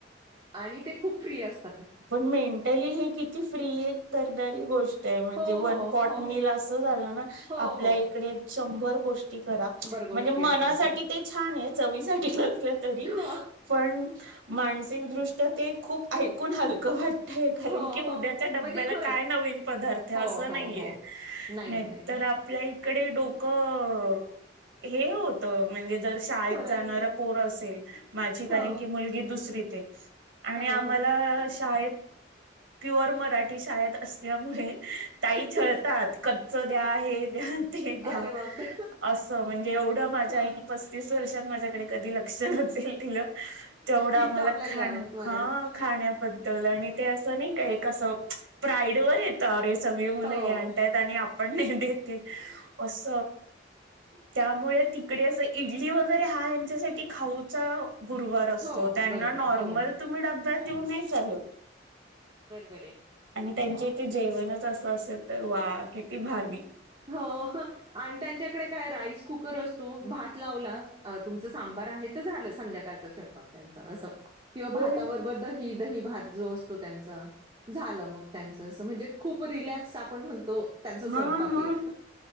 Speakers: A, on the right; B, on the right.
A: आणि ते खूप फ्री असत.
B: पण मेंटली हे किती फ्री दरदरी गोष्ट आहे म्हणजे
A: हो,
B: वन
A: हो,
B: पॉट
A: हो.
B: मिल असं झालं ना.
A: हो,
B: आपल्याकडे
A: हो.
B: शंभर गोष्टी. करा
A: गोष्टी
B: म्हणजे मनासाठी
A: असतात. हो.
B: ते छान आहे. चवीसाठी नसलं तरी
A: हो,
B: पण मानसिकदृष्ट्या ते खूप ऐकून हलकं वाटतं. कारण
A: हो,
B: की उद्याच्या
A: हो.
B: डब्याला
A: म्हणजे खरंच.
B: काय नवीन पदार्थ
A: हो,
B: अस
A: हो,
B: नाहीये
A: हो. नाहीये,
B: नाहीं
A: नाहीये.
B: तर. आपल्या इकडे डोकं हे होत म्हणजे जर शाळेत
A: खरंच,
B: जाणार
A: खरं.
B: पोर असेल. माझी कारण
A: हो,
B: की मुलगी दुसरीत आणि
A: हां,
B: आम्हाला.
A: हां.
B: शाळेत प्युअर मराठी शाळेत असल्यामुळे. ताई छळतात.
A: तेच.
B: कच्च द्या हे द्या. ते द्या
A: अरे बापरे!
B: असं म्हणजे एवढं माझ्या
A: हां.
B: आईनी पस्तीस च वर्षात माझ्याकडे कधी लक्ष नसेल दिल तेवढं
A: इतकं
B: आम्हाला
A: आपल्याला
B: खायाला
A: द्यावं लागतं वरण.
B: हा खाण्याबद्दल आणि ते असं. नाहीं का प्राईड वर येत. सगळे मुलं
A: हो.
B: हे आणतायत. आणि आपण नाही देते अस. त्यामुळे तिकडे असं इडली वगैरे हा यांच्यासाठी खाऊचा गुरुवार असतो.
A: हो,
B: त्यांना
A: बरोबर
B: नॉर्मल
A: आहे. हो.
B: तुम्ही डब्यात देऊन नाही चालत.
A: बरोबर आहे.
B: आणि त्यांच्या इथे जेवणच असं असेल तर वा किती भारी.
A: हो आणि त्यांच्याकडे काय राईस कुकर असतो. भात लावला तुमचं सांबार आहे तर झालं संध्याकाळच स्वयंपाक त्यांचा. असं. किंवा
B: हो.
A: भाताबरोबर दही दही भात जो असतो त्यांचा झालं मग त्यांच. अस म्हणजे खूप रिलॅक्स आपण म्हणतो त्यांचा स्वयंपाक.
B: हा हा
A: एक.